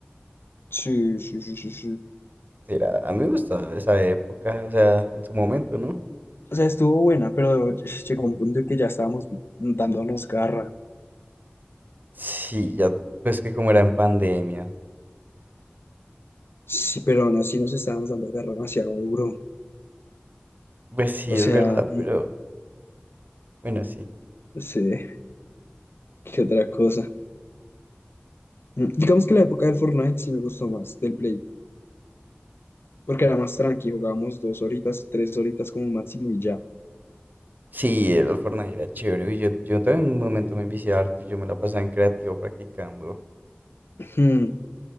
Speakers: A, on the left; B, on the right.
A: Sí, sí, sí, sí, sí.
B: Era, a mí me gustaba esa época, o sea, en su momento, ¿no?
A: O sea, estuvo buena, pero llegó un punto en que ya estábamos dándonos garra.
B: Sí, ya, pues que como era en pandemia.
A: Sí, pero aún así nos estábamos dando garra demasiado duro.
B: Pues sí,
A: O sea,
B: es verdad,
A: mm,
B: pero bueno, sí.
A: no sé, qué otra cosa. Mm, Digamos que la época del Fortnite sí me gustó más, del Play. Porque era más tranqui, jugábamos dos horitas, tres horitas como máximo y ya.
B: Sí, el Fortnite era chévere. Y yo, yo también en un momento me envicié harto y yo me la pasaba en creativo practicando,
A: Ujú.